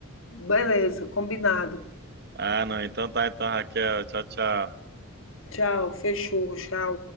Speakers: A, on the left; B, on the right.
A: Beleza, combinado.
B: Ah, não. Então tá, então, Raquel. Tchau, tchau.
A: Tchau, fechou, tchau.